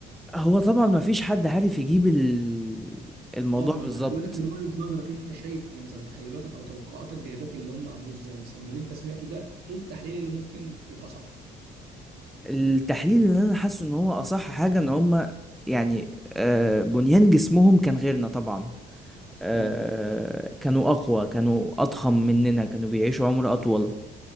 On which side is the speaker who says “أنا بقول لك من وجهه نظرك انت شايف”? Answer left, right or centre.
Right